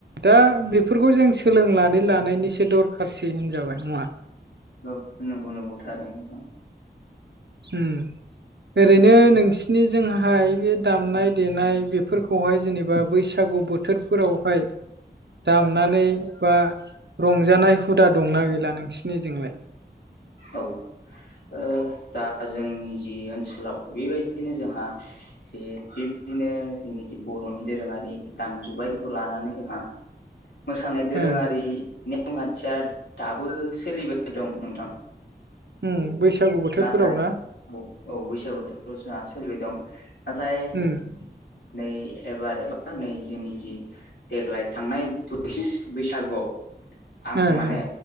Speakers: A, on the right; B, on the left.
A: दा बेफोरखौ जों सोलोंनानै लानायनिसो दरखारसै होनजाबाय नङा
B: औ- नंगौ नंगौ थारै नोंथां
A: हम- ओरैनो नोंसिनिजोंहाय बे दामनाय देनाय बेफोरखौहाय जेनेबा बैसागु बोथोरफोरावहाय
B: <unintelligible>
A: दामनानै बा रंजानाय हुदा दंना गैला नोंसिनि जोंलाय
B: औ- ओ- दा जोंनि जि ओनसोलाव बेबायदिनो जोंहा जे थि बिदिनो जोंनि जे बर'नि दोरोङारि दामजु बायदिखौ लानानै जोंहा मोसानाय दोरोङारि
A: ओ
B: नेम खान्थिया दाबो सोलिबाय दं नोंथां
A: उम- बैसागु बोथोरफोराव
B: नाथाय
A: ना?
B: औ- औ- बैसागु बोथोराव जोंहा सोलिबाय दं नाथाय
A: उम-
B: नै एबार एबा नै जोंनि जि देग्लाय थांनाय ब <unintelligible> बैसागुआव आं
A: ओ
B: माने
A: ओ